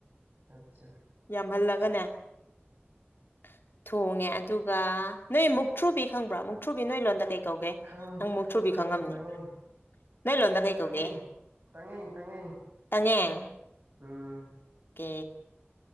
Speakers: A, on the right; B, on the left.
A: ꯑꯆꯥ ꯆꯥ
B: ꯌꯥꯝꯍꯜꯂꯒꯅꯦ ꯊꯣꯡꯉꯦ ꯑꯗꯨꯒ ꯅꯣꯏ ꯃꯨꯛꯊ꯭ꯔꯨꯕꯤ ꯈꯪꯕ꯭ꯔꯣ ꯃꯨꯛꯊ꯭ꯔꯨ ꯕꯤ ꯅꯣꯏ ꯂꯣꯟꯗ ꯀꯩ ꯀꯧꯒꯦ
A: ꯈꯪꯉꯤ
B: ꯅꯪ ꯃꯨꯛꯊꯨꯔꯕꯤ
A: ꯇꯪꯉꯦꯡ
B: ꯈꯪꯉꯝꯅꯤ
A: ꯇꯪꯉꯦꯡ
B: ꯅꯣꯏ ꯂꯣꯟꯗ ꯀꯩ
A: ꯇꯪꯉꯦꯡ
B: ꯀꯧꯒꯦ
A: ꯇꯪꯉꯦꯡ ꯇꯪꯉꯦꯡ
B: ꯇꯪꯌꯦꯡ
A: ꯎꯝ
B: ꯀꯦ